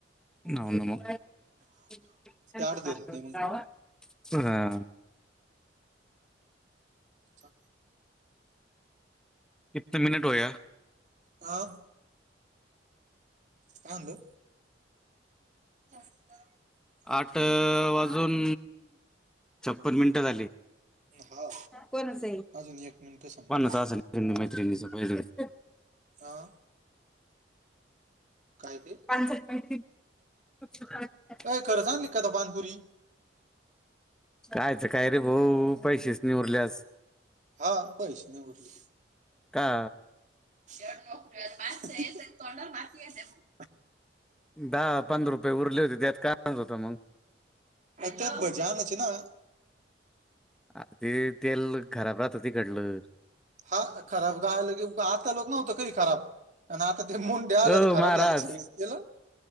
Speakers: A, in the centre; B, on the right.
A: हो
B: ते
A: <unintelligible>
B: आड धरीत नाही मग ते
A: इतना मिनट होया.
B: हो. काय म्हणले? <inaudible>
A: आठ वाजून छप्पन मिनिट झाली.
B: हा
A: कोणाच आहे
B: अजून एक मिनिट समजा
A: <unintelligible> <unintelligible>
B: हा. काय ते?
A: <unintelligible>
B: अय खरंच सांग आणली काय तू पाणीपुरी
A: कायचं काय रे भाऊ पैसेच नाही उरले आज
B: हा पैसे नाही उरले!
A: का.
B: <unintelligible>
A: दहा, पंधरा रुपये उरले होते त्यात काय आणायचं होत मग.
B: त्याच्यात भजे आणायचे ना?
A: अ ते तेल खराब राहतं तिकडलं.
B: हा खराब काय लगे आता लोक नव्हत काही खराब. आणि आता ते मुंडे आलं
A: ओ
B: तर खराब
A: महाराज
B: झालं का सगळे तेल